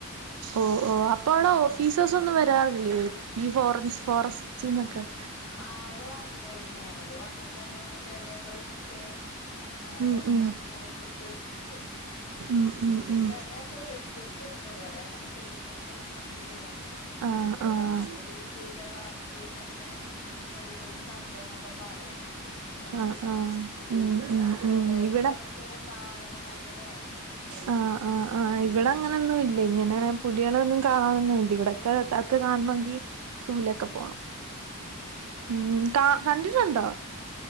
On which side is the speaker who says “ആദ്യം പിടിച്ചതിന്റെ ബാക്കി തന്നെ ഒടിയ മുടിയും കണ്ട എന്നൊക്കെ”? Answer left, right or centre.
Left